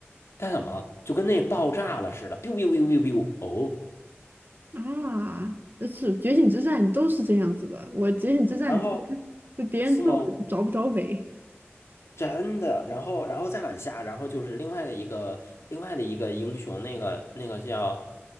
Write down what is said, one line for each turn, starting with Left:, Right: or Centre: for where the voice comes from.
Left: 她怎么就跟那爆炸了似的，biu biu biu biu biu，哦，
Right: 啊，呃是《觉醒之战》都是这样子的。我《觉醒之战》之前就别人揍我就找不着北。
Left: 然后是吗？真的，然后然后再往下，然后就是另外的一个另外的一个英雄，那个那个叫